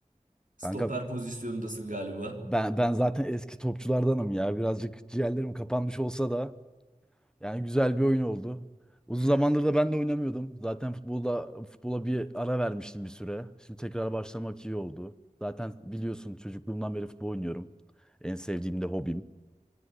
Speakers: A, on the right; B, in the centre.
A: Stoper
B: Kanka
A: pozisyonundasın galiba.
B: ben ben zaten eski topçulardanım ya. Birazcık ciğerlerim kapanmış olsa da yani güzel bir oyun oldu. Uzun zamandır da ben de oynamıyordum. Zaten futbolda futbola bir ara vermiştim bir süre. Şimdi tekrar başlamak iyi oldu. Zaten biliyorsun çocukluğumdan beri futbol oynuyorum. En sevdiğim de hobim.